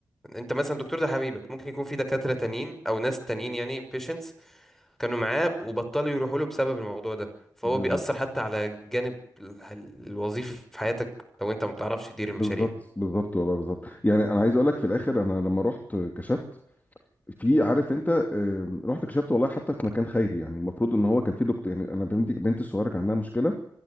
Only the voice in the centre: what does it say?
انت مثلا الدكتور ده حبيبك ممكن يكون في دكاترة تانيين او ناس تانيين يعني patients كانوا معاه وبطلوا يروحوا له بسبب الموضوع ده فهو
بيأثر حتى على الجانب ال- الوظيفي في حياتك لو انت ما بتعرفش تدير المشاريع